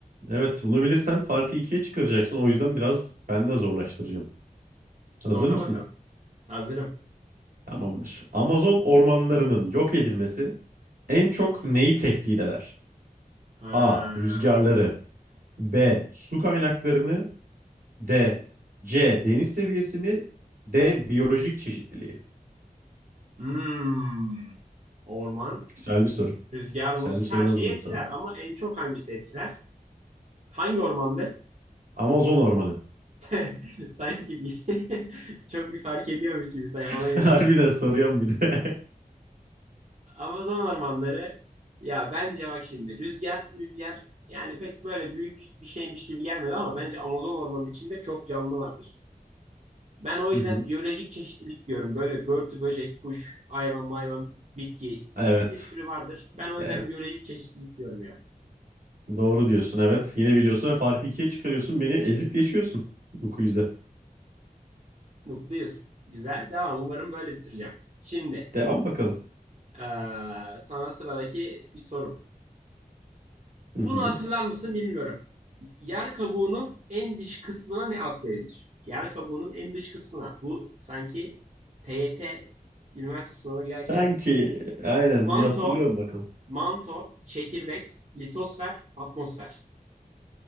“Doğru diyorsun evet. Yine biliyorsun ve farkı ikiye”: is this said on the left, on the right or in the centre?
Right